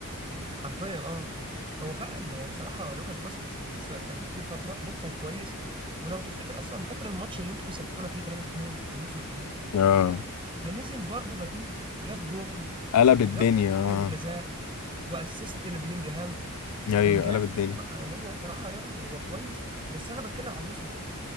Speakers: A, on the right; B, on the left.
A: حرفيا اه هو فعلا هو بصراحة لوكاس فاسكيز بس- كان في فترات له كان كويس ولو تفتكر اصلا فاكر الماتش اللي انتوا كسبتونا فيه 3-2 الموسم اللي فات
B: اه
A: ده نزل برضه بديل جاب جون
B: قلب
A: وجاب
B: الدنيا
A: فينا ضربة جزاء
B: اه
A: واسيست لبلينجهام
B: ايوه
A: كان جامد
B: قلب الدنيا
A: ف- هو بصراحة يا ابني هو كويس بس انا بتكلم على الموسم ده